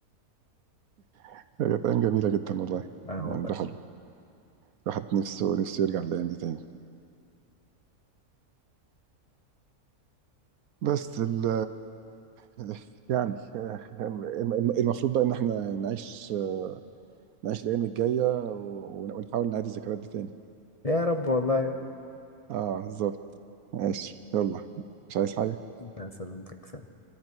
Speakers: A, on the right (about 75°); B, on the left (about 30°).
A: <laughs> هي ايام جميله جدا والله
B: اه
A: يعني
B: والله
A: الواحد الواحد نفسه نفسه يرجع الايام دي تاني بس ال <laughs> يعني آه، الم- المفروض بقى ان احنا نعيش آه، نعيش الايام الجايه و- ونحاول نعيد الذكريات دي تاني
B: يا رب والله
A: اه بالظبط ماشي يلا مش عايز حاجة
B: لا سلامتك سلام